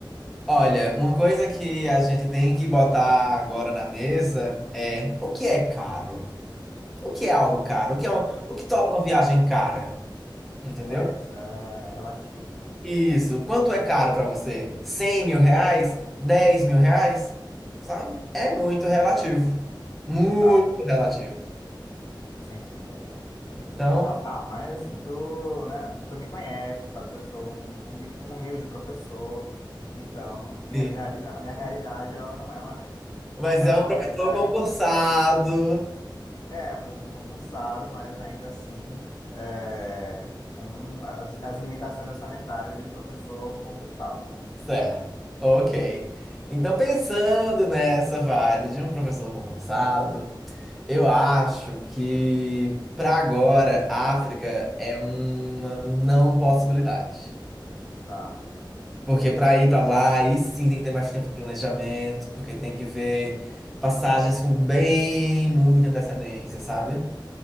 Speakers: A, in the centre; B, on the left.
A: Olha, uma coisa que a gente tem que botar agora na mesa é o que é caro? O que é algo caro? O que é um- o que torna uma viagem cara? Entendeu?
B: É, isso é relativo, né?
A: Isso. Quanto é caro pra você? Cem mil reais? Dez mil reais? Sabe? É muito relativo. Muito
B: Tá.
A: relativo.
B: Sim, sim, é verdade.
A: Então,
B: Não, tá, mas assim, tu, né, tu me conhece, tu sabe que eu sou um, humi- um humilde professor, então as minhas
A: sim.
B: realida a minha realidade, ela não é uma, <laughs>
A: Mas
B: ela
A: é
B: não
A: um
B: é uma
A: professor
B: realidade,
A: concursado.
B: é, um professor concursado, mas ainda assim, é, com as, as limitações orçamentárias de um professor concursado,
A: Certo.
B: né?
A: Ok. Então, pensando nessa vibe de um professor concursado, eu acho que pra agora, África é uma não possibilidade.
B: Tá,
A: Porque para ir para lá, aí sim tem que ter mais tempo de planejamento, porque tem que ver passagens com bem muita antecedência, sabe?